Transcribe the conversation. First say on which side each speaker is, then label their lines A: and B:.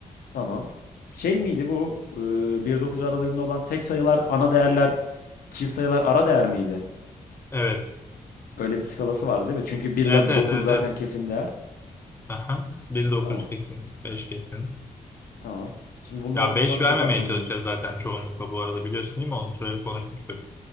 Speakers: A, on the left; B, on the left.
A: tamam. Şey miydi bu e, 1-9 aralığında olan tek sayılar ana değerler çift sayılar ara değer miydi?
B: Evet.
A: Öyle bir skalası vardı değil mi? Çünkü 1 ile
B: Evet evet
A: 9
B: evet
A: zaten
B: evet.
A: kesin değer.
B: Aha. bir dokuz
A: Tamam
B: kesin. beş kesin.
A: tamam. Şimdi bunlar
B: Ya 5
A: nasıl
B: vermemeye
A: hesaplanıyor?
B: çalışacağız zaten çoğunlukla bu arada biliyorsun değil mi? Onu söyle konuşmuştuk.